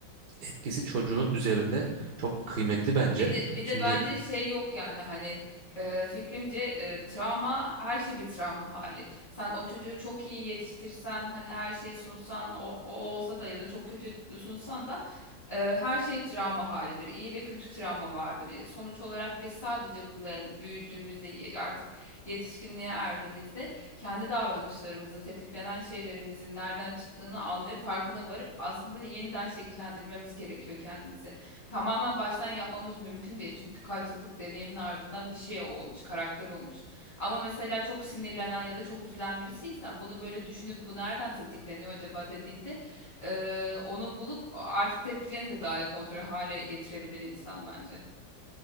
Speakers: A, on the right; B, on the left.
A: etkisi çocuğun üzerinde çok kıymetli bence.
B: Bir de bir de
A: Şimdi
B: bence şey yok yani hani e, fikrimce e, travma her şey bir travma hali. Sen o çocuğu çok iyi yetiştirsen hani her şeyi sunsan o, o olsa da ya da çok kötü sunsan da e, her şey travma halidir. İyi ve kötü travma vardır. E, Sonuç olarak biz sadece bunların büyüdüğümüzde ye- artık yetişkinliğe erdiğimizde kendi davranışlarımızı tetiklenen şeylerimizin nereden çıktığını anlayıp farkına varıp aslında yeniden şekillendirmemiz gerekiyor kendimizi. Tamamen baştan yapmamız mümkün değil çünkü kaç yıllık deneyimin ardından bir şey olmuş, karakter olmuş. Ama mesela çok sinirlenen ya da çok üzülen birisiysen bunu böyle düşünüp bu nereden tetikleniyor acaba dediğinde eee, onu bulup artık tepkilerini de daha iyi kontrol hale getirebilir insan bence.